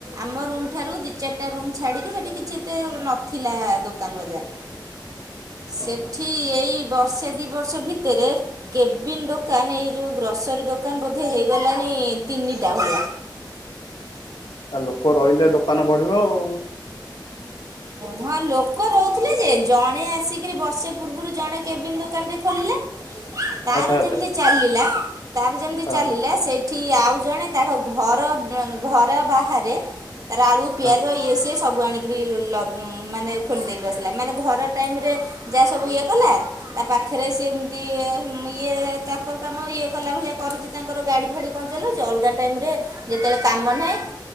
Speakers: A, on the right (about 45°); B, on the left (about 75°).
A: ଆମ ରୁମ୍ ଠାରୁ ଦି ଚାରିଟା ରୁମ୍ ଛାଡ଼ିକି ସେଠି କିଛି ଏତେ ନଥିଲା ଦୋକାନ ବଜାର। ସେଠି
B: ଓହୋ
A: ଏଇ ବର୍ଷେ ଦି ବର୍ଷ ଭିତେରେ କେବିନ୍ ଦୋକାନ ଏଇ ଯୋଉ ଗ୍ରସରୀ ଦୋକାନ ବୋଧେ ହେଇଗଲାଣି ତିନିଟା ଭଳିଆ।
B: ଆ ଲୋକ ରହିଲେ ଦୋକାନ ବଢିବ ଆଉ।
A: ହଁ ଲୋକ ରହୁଥିଲେ ଯେ ଜଣେ ଆସିକିରି ବର୍ଷେ ପୂର୍ବୁରୁ ଜଣେ କେବିନ୍ ଦୋକାନ ଟେ ଖୋଲିଲା ତାର
B: ଆଚ୍ଛା ଆଚ୍ଛା
A: ଯେମତି ଚାଲିଲା, ତାର ଯେମିତି
B: ହଁ
A: ଚାଲିଲା ସେ ସେଠି ଆଉ ଜଣେ ତାଙ୍କ ଘର, ଘର ବାହାରେ ତାର ଆଳୁ ପିଆଜ
B: ହଁ
A: ଇଏ ସିଏ ସବୁ ଆଣିକିରି ଲ ମାନେ ଖୋଲି ଦେଇକି ବସିଲା, ମାନେ ଘର ଟାଇମ୍ ରେ ଯାହା ସବୁ ଇଏ କଲା ତା ପାଖେରେ ସେମତି ଇଏ ଚାକର କାମ ଇଏ କଲା ଭଳିଆ କରୁଚି। ତାଙ୍କର ଗାଡ଼ି ଫାଡ଼ି କଣ ଚଲଉଚି ଅଲଗା ଟାଇମ୍ ରେ ଯେତବଳେ କାମ ନାହିଁ